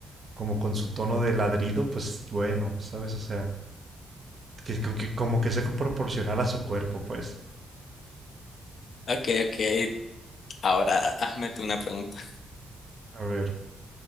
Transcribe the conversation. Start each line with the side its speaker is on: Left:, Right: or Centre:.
Right: como con su tono de ladrido, pues bueno, ¿sabes? O sea, que, co- que como que sea proporcional a su cuerpo, pues.
Left: Ok, ok. Ahora hazme tú una pregunta.
Right: A ver,